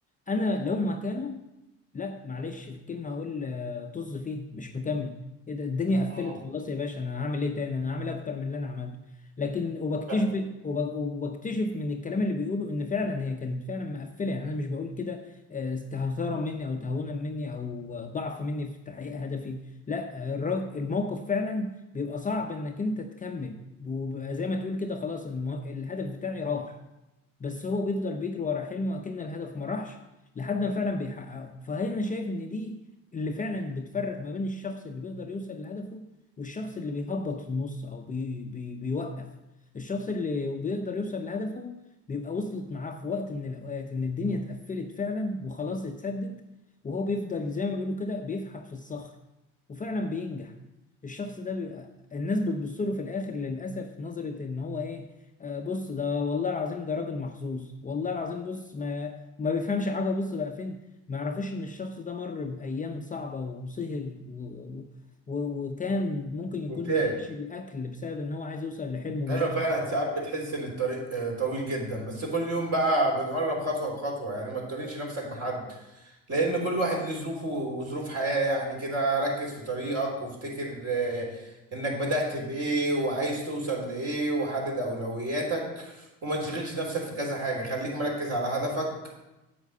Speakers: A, on the left; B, on the right.
A: انا لو مكانه لا معلش في الكلمة هقول آه، طز فيه مش مكمل ايه ده الدنيا قفلت
B: امم
A: خلاص يا باشا انا هعمل ايه تاني انا هعمل إيه اكتر من اللي انا عملته لكن وبكتشف
B: فاهم.
A: وب- وبكتشف من الكلام اللي بيقوله ان فعلا هي كانت فعلا مقفلة يعني انا مش بقول كده آه، استهتارا مني او تهاونا مني او ضعف مني في تحقيق هدفي لا آه، الر- الموقف فعلا بيبقى صعب انك انت تكمل وبيبقى زي ما تقول كده خلاص المو- الهدف بتاعي راح بس هو بيفضل بيجري ورا حلمه اكن الهدف ما راحش لحد ما فعلا بيحققه فهي انا شايف ان دي اللي فعلا بتفرق ما بين الشخص اللي بيقدر يوصل لهدفه والشخص اللي بيهبط في النص او بي بي بيوقف الشخص اللي بيقدر يوصل لهدفه بيبقى وصلت معاه في وقت من الاوقات ان الدنيا اتقفلت فعلا وخلاص اتسدت وهو بيفضل زي ما بيقولوا كده بيفحت في الصخر وفعلا بينجح الشخص ده بيبقى الناس بتبص له في الاخر للاسف نظرة ان هو ايه آه، بص ده والله العظيم ده راجل محظوظ والله العظيم بص ما ما بيفهمش حاجة بص بقى فين ما يعرفوش ان الشخص ده مر بأيام صعبة وسهر و... و... و- وكان ممكن يكون
B: ممتاز
A: ما لقاش الأكل بسبب ان هو عايز يوصل لحلمه وما
B: ايوه
A: لقاش
B: فعلا ساعات بتحس ان الطريق آه، طويل جدا بس كل يوم بقى بنقرب خطوه بخطوه يعني ما تقارنش نفسك بحد لان كل واحد ليه ظروفه وظروف حياه يعني كده ركز في طريقك وافتكر آه، انك بدأت بايه وعايز توصل لايه وحدد اولوياتك وما تشغلش نفسك في كذا حاجه خليك مركز على هدفك